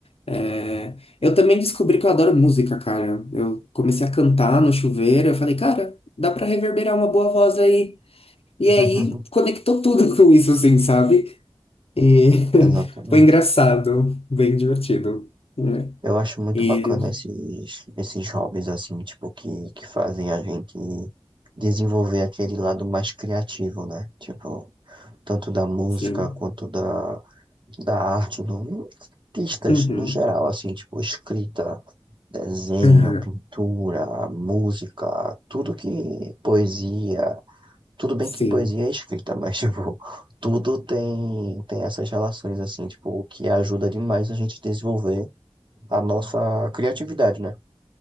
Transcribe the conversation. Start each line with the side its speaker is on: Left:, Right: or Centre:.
Left: É, Eu também descobri que eu adoro música, cara. Eu comecei a cantar no chuveiro, eu falei, cara, dá pra reverberar uma boa voz aí. E
Right: <laughs>
Left: aí conectou tudo <laughs> com isso, assim, sabe? E
Right: Exatamente.
Left: <laughs> foi engraçado, bem divertido, né?
Right: Eu acho muito
Left: E
Right: bacana esses, esses hobbies assim, tipo, que, que fazem a gente desenvolver aquele lado mais criativo, né? Tipo, tanto da música
Left: sim.
Right: quanto da, da arte, no, artistas
Left: Uhum.
Right: no geral, assim, tipo, escrita, desenho,
Left: Aham.
Right: pintura, música, tudo que poesia, tudo bem
Left: Sim.
Right: que poesia é escrita, mas <laughs> tipo, tudo tem tem essas relações assim, tipo, o que ajuda demais a gente desenvolver a nossa criatividade, né?